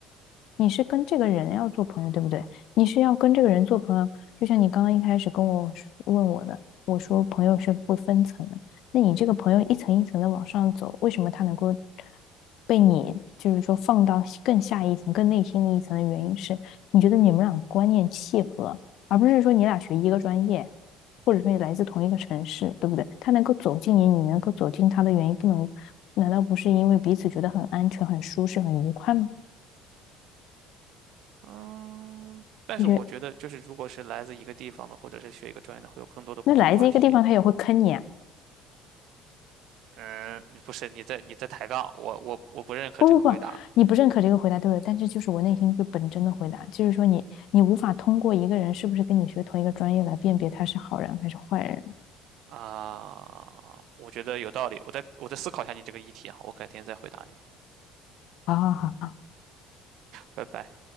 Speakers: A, on the left; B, on the right.
A: 你是跟这个人要做朋友，对不对？你是要跟这个人做朋友，就像你刚刚一开始跟我说问我的，我说朋友是会分层的，那你这个朋友一层一层的往上走，为什么他能够被你就是说放到更下一层、更内心的一层的原因是，你觉得你们俩观念契合，而不是说你俩学一个专业，或者说你来自同一个城市，对不对？他能够走进你，你能够走进他的原因，不能，难道不是因为彼此觉得很安全、很舒适、很愉快吗？
B: 嗯，但是我觉得就是如果是来自一个地方的，
A: 我觉得
B: 或者是学一个专业的，会有更多的共同话题。
A: 那来自一个地方，他也会坑你啊！
B: 嗯，不是，你在你在抬杠，我我我不认可这个回答。
A: 不不不，你不认可这个回答对了，但这就是我内心最本真的回答，就是说你你无法通过一个人是不是跟你学同一个专业来辨别他是好人还是坏人。
B: 啊，我觉得有道理，我再我再思考一下你这个议题啊，我改天再回答你，
A: 好好好，
B: 拜拜。